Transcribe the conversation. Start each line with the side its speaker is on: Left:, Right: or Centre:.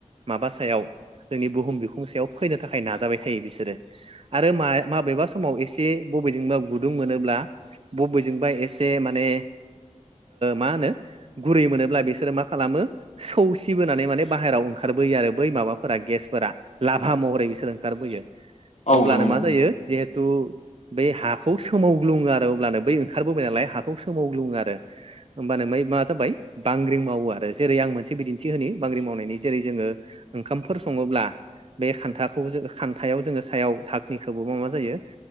Right: माबा सायाव जोंनि बुहुम बिखुं सायाव फैनो थाखाय नाजाबाय थायो बिसोरो आरो म माबेबा समाव एसे बबेजोंबा गुदुं मोनोब्ला बबेजोंबा एसे माने मा होनो गुरै मोनोब्ला बिसोरो मा खालामो सौसिबोनानै माने बाहेरायाव ओंखारबोयो आरो बै माबाफोरा गेसफोरा लाभा महरै बिसोर ओंखारबोयो
Left: औ
Right: अब्लानो
Left: नंगौ नंगौ
Right: मा जायो जिहेथु बै हाखौ सोमावग्लुङो आरो अब्लानो बै ओंखारबोबाय नालाय हाखौ सोमावग्लुङो आरो होमबानो माय मा जाबाय बांग्रि मावो आरो जेरै आं मोनसे बिदिन्थि होनो बांग्रि मावनायनि जेरै जोङो ओंखामफोर सङोब्ला बे खान्थाखौ जो खान्थायाव जोङो सायाव धकनिखौबो मा मा जायो